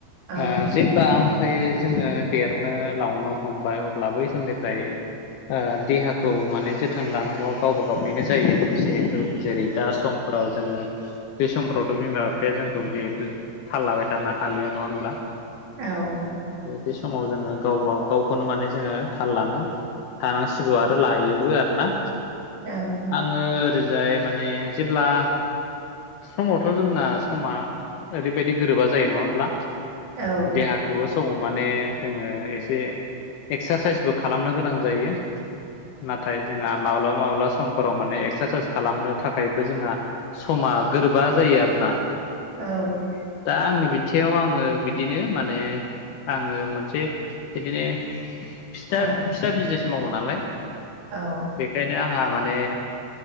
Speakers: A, on the right; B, on the left.
A: औ
B: ओ जे अब्ला ओमफ्राय जोंङो देरनो लावनो हमबाय अब्ला बै समनि फ्राय ओ देहाखौ माने जोथोन लानांगौआ गावबा गावनिनो जायोे जेहे जों जेरै दा समफोराव जोंङो बे समफ्रावथ' बिमा बिफाया जोंखौ जेहेथु थाल लाबायथारना हालिया नङा होनब्ला?
A: औ
B: बे समाव जोंङो गावबा गावखौनो माने जोंङो थाल लानो थानांसिगौ आरो लायोबो आरोना।
A: औ
B: आंङो ओरैजाय माने जेब्ला समावथ' जोंना समा ओरैबायदि गोरोबा जायो नङा होमब्ला
A: औ
B: देहाखौबो समाव माने जोंङो एसे एक्सारसाइस बो खालामनो गोनां जायो नाथाय जोंहा माब्लाबा माब्ला समफोराव माने एक्सारसाइस खालामनो थाखायबो जोंहा समा गोरोबा जायो आरो ना।
A: औ
B: दा आंनि बिथिाव आंङो बिदिनो माने आंङो मोनसे बिदिनो फिथा
A: औ
B: फिसा बिजनेस मावो नालाय
A: औ
B: बेखायनो आंहा माने